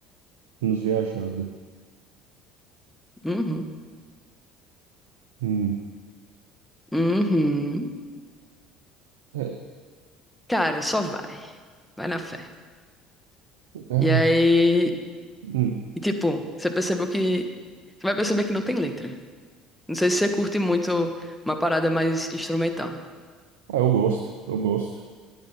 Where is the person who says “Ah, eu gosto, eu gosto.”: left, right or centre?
Right